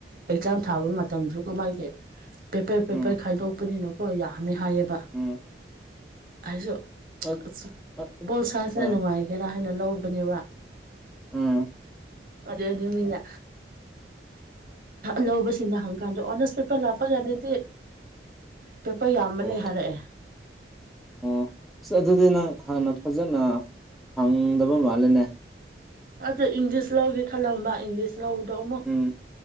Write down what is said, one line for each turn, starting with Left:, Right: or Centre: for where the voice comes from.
Right: ꯑꯦꯛꯖꯥꯝ ꯊꯥꯕ ꯃꯇꯝꯗꯨꯒ ꯃꯥꯥꯏꯒꯤ ꯄꯦꯄꯔ ꯄꯦꯄꯔ
Centre: ꯎꯝ
Right: ꯈꯥꯏꯗꯣꯛꯄꯅꯤꯅꯀꯣ ꯌꯥꯝꯃꯦ ꯍꯥꯏꯌꯦꯕ
Centre: ꯎꯝ
Right: ꯑꯩꯁꯨ
Centre: ꯑꯠ
Right: ꯑ
Centre: ꯑꯠ
Right: ꯄꯣꯜꯁꯥꯁꯤꯅ
Centre: ꯍꯣꯏ
Right: ꯅꯨꯡꯉꯥꯏꯒꯦꯔꯥ ꯍꯥꯏꯅ ꯂꯧꯕꯅꯦꯕ
Centre: ꯎꯝ
Right: ꯑꯗꯨ ꯑꯗꯨ ꯑꯗꯨ ꯃꯤꯅ ꯂꯧꯕꯁꯤꯡꯅ ꯍꯪꯀꯥꯟꯗ ꯑꯣꯅꯔꯁ ꯄꯦꯄꯔ ꯂꯥꯞꯄ ꯀꯥꯟꯗꯗꯤ ꯄꯦꯄꯔ ꯌꯥꯝꯕ
Centre: ꯎꯝ
Right: ꯂꯩ ꯍꯥꯏꯔꯛꯑꯦ
Centre: ꯑꯣ ꯑꯁ ꯑꯗꯨꯗꯤ ꯅꯪ ꯍꯥꯟꯅ ꯐꯖꯅ ꯐꯪꯗꯕ ꯃꯥꯜꯂꯦꯅꯦ
Right: ꯑꯗꯨ ꯏꯪꯂꯤꯁ ꯂꯧꯒꯦ ꯈꯜꯂꯝꯕ ꯏꯪꯂꯤꯁ ꯂꯧꯕꯗꯣ ꯑꯃꯨꯛ
Centre: ꯎꯝ